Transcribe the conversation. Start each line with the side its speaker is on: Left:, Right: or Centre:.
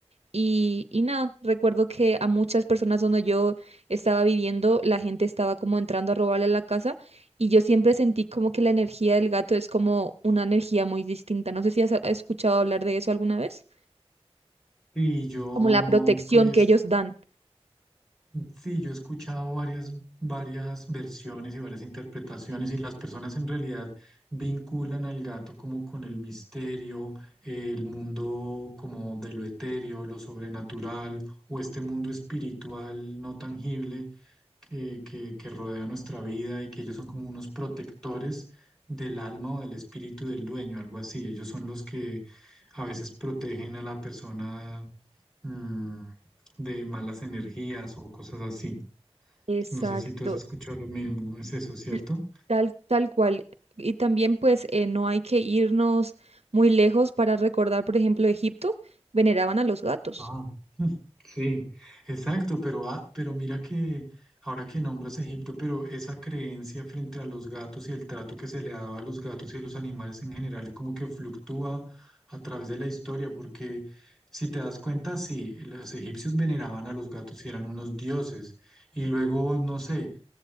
Right: y, y nada, recuerdo que a muchas personas donde yo estaba viviendo, la gente estaba como entrando a robarle la casa y yo siempre sentí como que la energía del gato es como una energía muy distinta, no sé si has escuchado hablar de eso alguna vez
Centre: Y yo,
Right: como la protección
Centre: pues,
Right: que ellos dan.
Centre: sí, yo he escuchado varias, varias versiones y varias interpretaciones y las personas en realidad vinculan al gato como con el misterio, el mundo como de lo etéreo, lo sobrenatural o este mundo espiritual no tangible que, que, que rodea nuestra vida y que ellos son como unos protectores del alma o del espíritu del dueño, algo así. Ellos son los que a veces protegen a la persona mm, de malas energías o cosas así.
Right: Exacto,
Centre: No sé si tú has escuchado lo mismo, es eso, ¿cierto?
Right: l- tal, tal cual. Y también pues eh, no hay que irnos muy lejos para recordar, por ejemplo, Egipto, veneraban a los gatos.
Centre: Ah, mm, sí, exacto, pero, ah, pero mira que ahora que nombras Egipto, pero esa creencia frente a los gatos y el trato que se le daba a los gatos y a los animales en general como que fluctúa a través de la historia, porque si te das cuenta, sí, los egipcios veneraban a los gatos y eran unos dioses, y luego, no sé,